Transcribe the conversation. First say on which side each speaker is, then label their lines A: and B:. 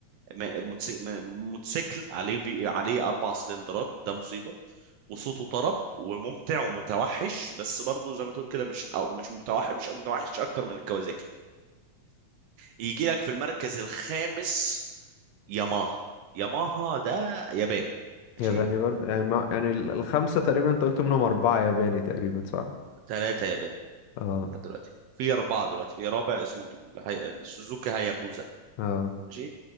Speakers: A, on the right (about 85°); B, on the left (about 75°).
A: م- الموتسي- م- موتوسيكل عليه في... عليه اربع سلندرات ده مصيبه وصوته طرب وممتع ومتوحش بس برضه زي ما تقول كده مش أو مش متوحش مش متوحش اكتر من الكوازاكي يجي لك في المركز الخامس ياماها ياماها ده ياباني ماشي
B: ياباني برضو يعني, ما يعني ال- الخمسه تقريبا انت قلت منهم اربعه ياباني تقريبا صح
A: ثلاثة ياباني
B: اه
A: لحد دلوقتي في أربعة دلوقتي في رابع اسمه الهي... السوزوكي هايابوزا
B: اه
A: ماشي